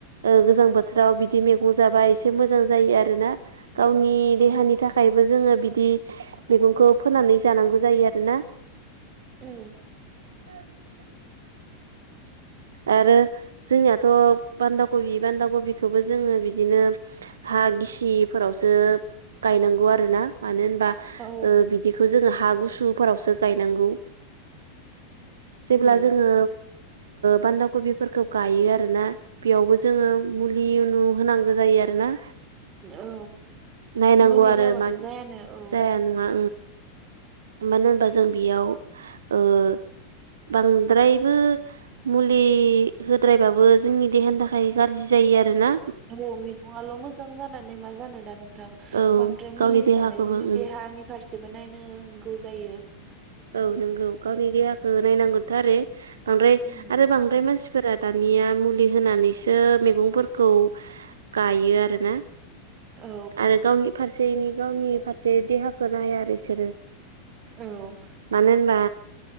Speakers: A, on the right; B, on the right.
A: गोजां बोथोराव बिदि मैगं जाबा एसे मोजां जायो आरो ना गावनि
B: औ
A: देहानि थाखायबो जोङो बिदि मैगंखौ फोनानै जानांगौ जायो आरोना
B: औ
A: हो <inaudible> आरो जोंनियाथ' बान्दा कबि बान्दा कबिखौबो जोङो बिदिनो हा गिसिफोरावसो गायनांगौ आरो ना मानो होनबा
B: औ
A: बि बिखौ जोङो हा गुसुफोरावसो गायनांगौ जेब्ला
B: उम
A: जोङो बान्दा कबिफोरखौ गायो आरोना बेयावबो जोङो मुलि उनु होनांगौ जायो आरो ना
B: औ
A: नायनांगौ
B: मुलि
A: आरो
B: होआबाथ'
A: मानो
B: जायानो औ
A: जाया नङा मानो होनबा जों बेयाव ओ बांद्रायबो मुलि होद्रायबाबो जोंनि देहानि थाखाय गाज्रि जायो आरो ना
B: औ मैगंल' मोजां जानानै मा जानोना नोंथां
A: औ
B: बांद्राय मुलि
A: गावनि
B: होनानै
A: देहाखौबो
B: जोंनि
A: ओं
B: देहानि फारसेबो नायनांगौ जायो
A: औ नंगौ गावनि देहाखौ नायनांगोनथ' आरो बांद्राय
B: उम
A: आरो बांद्राय मानसि फोर दानिया मुलि होनानैसो मैगंफोरखौ गायो आरोना
B: औ
A: आरो गावनि फारसेनि गावनि फारसे देहाखौ नाया आरो बिसोरो
B: औ
A: मानो होनबा